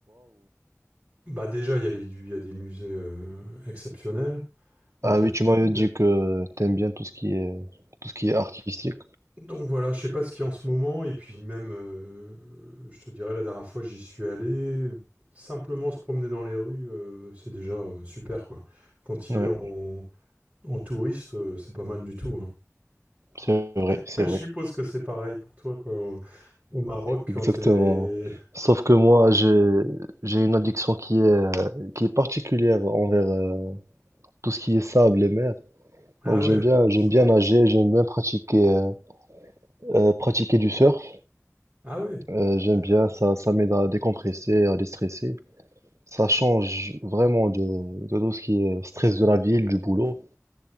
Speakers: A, on the right; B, on the right.
A: bah déjà il y a les, du- il y a des musées euh, exceptionnels. Donc
B: Ah
A: il
B: oui,
A: y a-
B: tu m'avais
A: il
B: dit
A: y a-
B: que t'aimes bien tout ce qui est tout ce qui est artistique.
A: donc voilà, je sais pas ce qu'il y a en ce moment et puis même, euh, je te dirais la dernière fois j'y suis allé, simplement se promener dans les rues, euh, c'est déjà euh, super quoi. Quand il
B: Ouais,
A: est en, en touriste, euh, c'est pas mal du tout. hein.
B: c'est vrai,
A: <laughs>
B: c'est
A: Je
B: vrai.
A: suppose que c'est pareil pour toi quoi. Au au Maroc,
B: Exactement.
A: quand tu es
B: Sauf que moi, j'ai j'ai une addiction qui est qui est particulière envers euh, tout ce qui est sable et mer.
A: Ah
B: Donc
A: ouais,
B: j'aime
A: ouais,
B: bien
A: bah,
B: j'aime
A: ça
B: bien
A: aussi.
B: nager, j'aime bien pratiquer euh, euh, pratiquer du surf.
A: Ah ouais.
B: Euh, j'aime bien ça ça m'aide à décompresser, à déstresser. Ça change vraiment de, de tout ce qui est stress de la ville, du boulot.